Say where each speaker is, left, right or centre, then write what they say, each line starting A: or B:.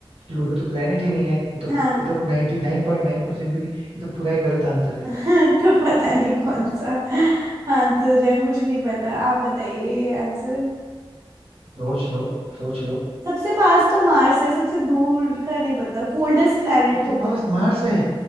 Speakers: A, on the right; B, on the right.
A: प्लूटो तो प्लेनेट ही नहीं है ये तो
B: हाँ
A: एकदम 99.9 परसेंट भी नहीं ये तो पूरा ही गलत आंसर है
B: <laughs> तो पता नहीं कौन सा आंसर है मुझे नहीं पता आप बताइए ये आंसर
A: सोच लो सोच लो
B: सबसे पास तो मार्स है सबसे दूर का नहीं पता कोल्डेस्ट प्लैनेट
A: सबसे
B: होगा
A: पास मार्स है